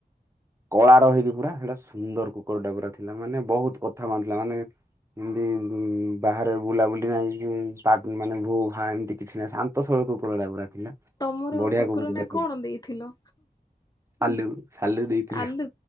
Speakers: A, on the right; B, on the left.
A: କଳାର ହେଇକି ପୁରା ସେଟା ସୁନ୍ଦର କୁକୁରଟା ପୁରା ଥିଲା, ମାନେ ବହୁତ କଥା ମାନୁଥିଲା ମାନେ ଏମିତି ବାହାରେ ବୁଲାବୁଲି ନାହିଁ, <unintelligible> ମାନେ ଭୋ ଭା ଏମିତି କିଛି ନାହିଁ। ଶା ନ୍ତ ସରଳ କୁକୁରଟା ପୁରା ଥିଲା।
B: ତମର
A: ବଢିଆ
B: କୁକୁର
A: କୁକୁରଟା
B: ନାଁ କଣ ଦେଇଥିଲ?
A: ଆଲୁ ସାଲୁ ଦେଇଥିଲି
B: ଆଲୁ